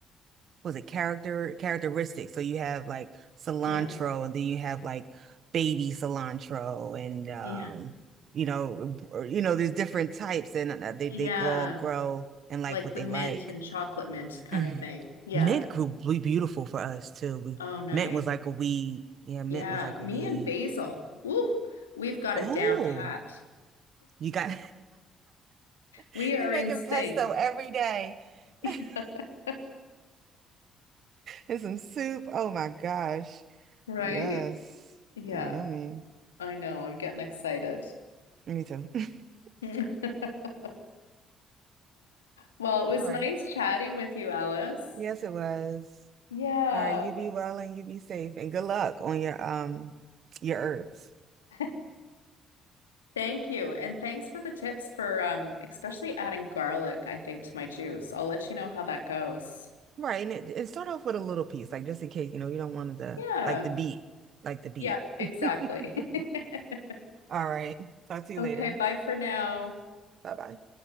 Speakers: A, on the right (about 50°); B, on the left (about 85°).
A: was it character characteristics? So you have like cilantro,
B: Yeah.
A: and then you have like baby cilantro, and um,
B: Yeah.
A: you know, or, you know, there's different types, and uh, they
B: Yeah.
A: they grow grow and like
B: Like
A: what
B: the
A: they
B: mint
A: like.
B: and chocolate mint kind
A: Mhm.
B: of thing. Yeah.
A: Mint grew be- beautiful for us too. We,
B: Oh, nice.
A: mint was like a weed. Yeah, mint
B: Yeah.
A: was like
B: Me
A: a weed.
B: and basil. Woo, we've got
A: Oh,
B: it down pat. <laughs>
A: you got <laughs>
B: We are
A: you making
B: in sync.
A: pesto every day. <laughs>
B: <laughs> Yeah.
A: And some soup. Oh my gosh.
B: Right?
A: Yes.
B: Yeah.
A: Yummy.
B: I know. I'm getting excited.
A: Me too. <laughs>
B: <laughs> Well, it
A: All
B: was
A: right.
B: nice chatting with you, Alice.
A: Yes, it was.
B: Yeah.
A: All right, you be well and you be safe and good luck on your um your herbs.
B: <laughs> Thank you. And thanks for the tips for um especially adding garlic, I think, to my juice. I'll let you know how that goes.
A: Right, and it, it start off with a little piece, like just in case, you know, you don't want the
B: Yeah.
A: like the beat, like the beat.
B: Yep,
A: <laughs>
B: exactly. <laughs>
A: All right. Talk to you
B: Okay,
A: later.
B: bye for now.
A: Bye bye.